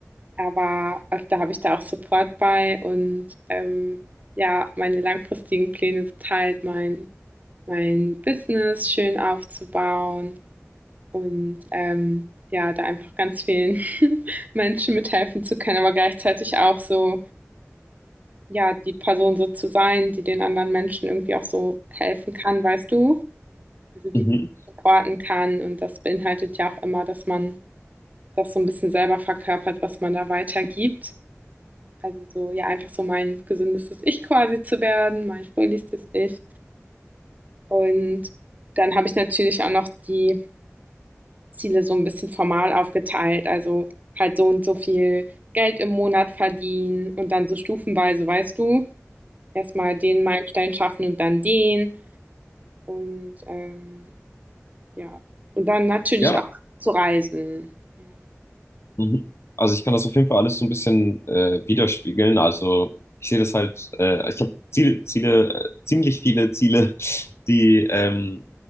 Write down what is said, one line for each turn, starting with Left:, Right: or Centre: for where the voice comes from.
Right: Aber öfter habe ich da auch Support bei und, ähm, ja, meine langfristigen Pläne sind halt mein mein Business schön aufzubauen und ähm, ja, da einfach ganz vielen <laughs> Menschen mithelfen zu können, aber gleichzeitig auch so, ja, die Person so zu sein, die den anderen Menschen irgendwie auch so helfen kann, weißt du? Also die
Left: Mhm.
Right: supporten kann und das beinhaltet ja auch immer, dass man das so ein bisschen selber verkörpert, was man da weitergibt. Also so, ja, einfach so mein gesündestes Ich quasi zu werden, mein fröhlichstes Ich. Und dann habe ich natürlich auch noch die Ziele so ein bisschen formal aufgeteilt, also halt so und so viel Geld im Monat verdienen und dann so stufenweise, weißt du? erstmal den Meilenstein schaffen und dann den und, ähm, ja. Und dann natürlich
Left: Ja,
Right: auch zu reisen. Ja.
Left: Mhm. Also ich kann das auf jeden Fall alles so ein bisschen äh, widerspiegeln. Also ich sehe das halt, äh, ich habe Ziele, Ziele, äh, ziemlich viele Ziele, <laughs> die, ähm,